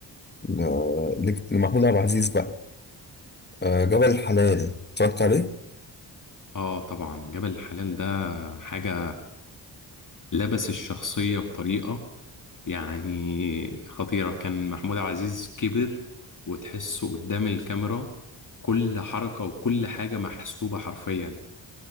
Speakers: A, on the left; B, on the left.
A: ل- لمحمود عبد العزيز بقى آه، جبل الحلال اتفرجت عليه
B: اه طبعا جبل الحلال ده حاجة لبس الشخصية بطريقة يعني خطيرة كان محمود عبد العزيز كبر وتحسه قدام الكاميرا كل حركة وكل حاجة محسوبة حرفيا